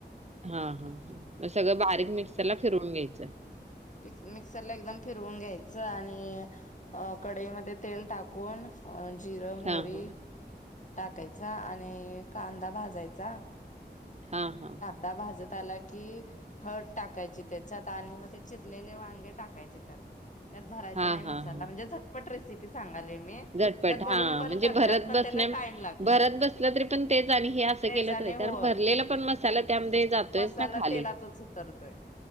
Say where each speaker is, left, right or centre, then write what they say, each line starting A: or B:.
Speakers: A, on the right (about 40°); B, on the left (about 45°).
A: हा-हा, मग सगळं बारीक मिक्सरला फिरवून घ्यायचं.
B: मी मिक्सर ला एकदम फिरवून घ्यायचं आणि कढईमध्ये तेल टाक कोण जिरं, मोरी.
A: हां, हां.
B: टाकायचा आणि कांदा भाजायचा
A: हा-हा.
B: ता भाजत आला की. हट टाकायची तेच्याच आणि मग ते चिरलेले वांगे टाकायचे त्यात. त्यात भरायचा
A: हां,
B: नाही मसाला,
A: हां, हां.
B: म्हणजे झ पट रेसिपी सांगालोय मी,
A: झटपट
B: त्यात भरून
A: हां,
B: पण
A: म्हणजे
B: करत
A: भरत
B: पण
A: बसण्या
B: त्याला टाइम लागतोय.
A: भरत बसलं
B: चेच
A: तरी पण तेच आणि हे असं केलं
B: आणि
A: तर
B: होय.
A: कारण भरलेला पण
B: ते,
A: मसाला त्यामध्ये जातोयच
B: मसाला
A: ना खाली.
B: तेलाचाच उतरतोय.